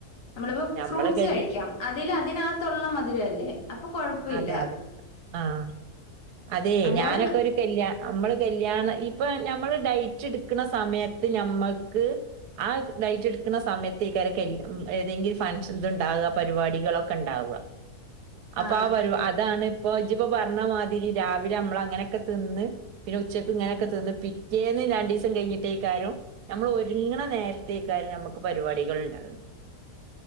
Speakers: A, on the left; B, on the right.
A: നമ്മളിപ്പോ
B: നമ്മള്
A: ഫ്രൂട്ട്സ്
B: കൽ
A: കഴിക്കാം. അതില് അതിനാത്തൊള്ള മധിരല്ലേ? അപ്പൊ കൊഴപ്പ ഇല്ല.
B: അതെ അതെ ആഹ് അതെ
A: അല്ലാതെ
B: ഞാനൊക്കെ ഒരു കല്യാ നമ്മള് കല് ല്യാണ ഇപ്പ നമ്മള് ഡൈറ്റ് എടുക്കണ സമയത്ത് നമ്മക്ക് ആ ഡൈറ്റ് എടുക്കണ സമയത്തേക്കായിരി ഏതെങ്കിലും ഫങ്ഷന് ഇതുണ്ടാവുക പരിപാടികളൊക്കെ ഉണ്ടാവുക. ഇപ്പ
A: ആണ്
B: ആ പരിപാ അതാണ് ഇപ്പൊ ഇജ്ജിപ്പോ പറഞ്ഞ മാതിരി രാവിലെ നമ്മളങ്ങനൊക്കെ തിന്ന് പിന്നെ ഉച്ചക്ക് ഇങ്ങനൊക്കെ തിന്ന് പിറ്റേന്ന് രണ്ടീസം കഴിഞ്ഞിട്ടേക്കാരും നമ്മള് ഒരുങ്ങണ നേരത്തേക്കാരും നമുക്ക് പരിപാടികൾ ഉണ്ടാകുന്നു.